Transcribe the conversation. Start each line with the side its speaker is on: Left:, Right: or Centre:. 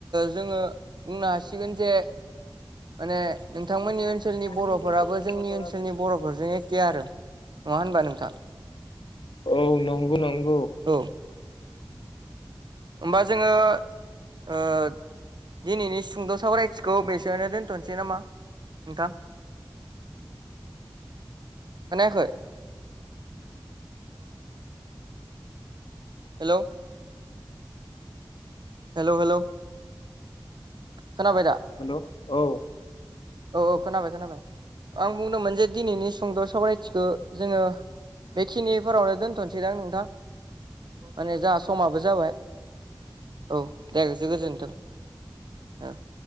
Right: जोङो बुंनो हासिगोन जे माने नोंथांमोननि
Left: नोंथांमोननि
Right: ओनसोलनि बर'फोराबो
Left: ओनसोलनि
Right: जोंनि
Left: बर'फोरा
Right: ओनसोलनि बर'फोरजों एखे आरो। नङा होनबा नोंथां।
Left: औ नंगौ नंगौ।
Right: औ होमबा जोङो ओह दिनैनि सुंद' सावरायथिखौ बेसेयावनो दोन्थ'नोसै नामा नोंथां। <inaudible> खोनायाखै हेल'? हेल'। हेल' हेल' खोनाबायदा?
Left: हेल' औ
Right: औ औ खोनाबाय खोनाबाय आं बुंदोंमोन जे दिनैनि सुंद' सावरायथिखौ जोङो बेखिनिफोरावनो दोनथ'सैदां नोंथां माने जाहा समाबो जाबाय। औ दाय गोसो गोजोनथों। <unintelligible> <inaudible>